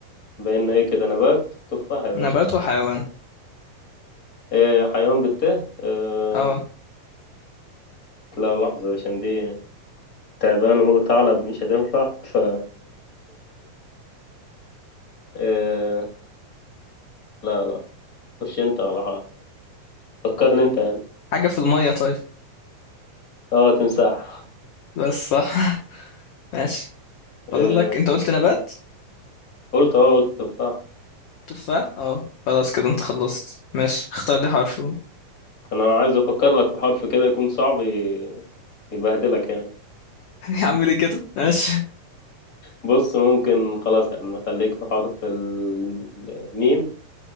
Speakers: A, on the left; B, on the left.
A: بقينا ايه كده نبات تفاح يا باشا
B: نبات وحيوان
A: آه، حيوان بالتاء آه،
B: اه
A: لا لحظة عشان دي تعبان وثعلب مش هتنفع ف آه، لا لا خش انت على فكرني انت يعني
B: حاجة في المية طيب
A: اه تمساح
B: بس صح <laughs> ماشي
A: آه،
B: فاضل لك انت قلت نبات
A: قلت اه قلت تفاح
B: تفاح اه خلاص كده انت خلصت ماشي اختار لي حرف <laughs>
A: انا عايز افكر لك في حرف كده يكون صعب ي- يبهدلك يعني
B: يا عم ليه كده ماشي
A: بص ممكن خلاص يا عم خليك في حرف ال- الميم